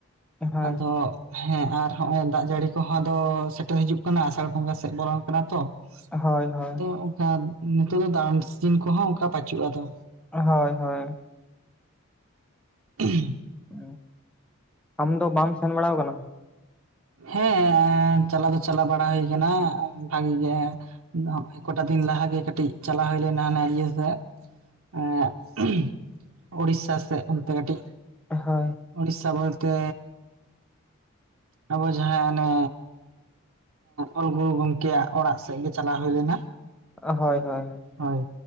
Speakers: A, in the centre; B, on the right.
A: ᱦᱳᱭ
B: ᱟᱫᱚ ᱦᱮᱸ ᱟᱨ ᱦᱚᱸᱜ ᱚᱭ ᱫᱟᱜ ᱡᱟᱹᱲᱤ ᱠᱚᱦᱚᱸ ᱟᱫᱚ ᱥᱮᱴᱮᱨ ᱦᱤᱡᱩᱜ ᱠᱟᱱᱟ ᱟᱥᱟᱲ ᱵᱚᱸᱜᱟ ᱥᱮᱫ ᱵᱚᱞᱚᱱ ᱠᱟᱱᱟ ᱛᱚ
A: ᱦᱳᱭ ᱦᱳᱭ
B: ᱟᱫᱚ ᱚᱱᱠᱟ ᱱᱤᱛᱳᱜ ᱫᱚ ᱫᱟᱬᱟᱱ ᱥᱤᱡᱤᱱ ᱠᱚᱦᱚᱸ ᱚᱱᱠᱟ ᱵᱟᱪᱩᱜᱼᱟᱫᱚ,
A: ᱦᱳᱭ ᱦᱳᱭ,
B: <unintelligible>
A: ᱩᱸ ᱟᱢ ᱫᱚ ᱵᱟᱢ ᱥᱮᱱ ᱵᱟᱲᱟᱣ ᱟᱠᱟᱱᱟ?
B: ᱦᱮᱸ ᱪᱟᱞᱟᱣ ᱫᱚ ᱪᱟᱞᱟ ᱵᱟᱲᱟ ᱦᱩᱭ ᱠᱟᱱᱟ ᱵᱷᱟᱜᱤ ᱜᱮ, ᱱᱚᱜ-ᱚᱭ ᱠᱚᱴᱟ ᱫᱤᱱ ᱞᱟᱦᱟᱜᱮ ᱠᱟᱹᱴᱤᱡ ᱪᱟᱞᱟᱣ ᱦᱩᱭ ᱞᱮᱱᱟ ᱦᱟᱱᱮ ᱤᱭᱟᱹ ᱥᱮᱫ, ᱮᱸ ᱳᱲᱤᱥᱥᱟ ᱥᱮᱫ ᱚᱱᱛᱮ ᱠᱟᱹᱴᱤᱡ,
A: ᱦᱳᱭ,
B: ᱳᱲᱤᱥᱥᱟ ᱵᱳᱞᱛᱮ ᱟᱵᱚ ᱡᱟᱦᱟᱸ ᱟᱱᱮ ᱚᱞ ᱜᱩᱨᱩ ᱜᱚᱢᱠᱮᱭᱟᱜ ᱚᱲᱟᱜ ᱥᱮᱫ ᱜᱮ ᱪᱟᱞᱟᱣ ᱦᱩᱭ ᱞᱮᱱᱟ,
A: ᱦᱳᱭ ᱦᱳᱭ,
B: ᱦᱳᱭ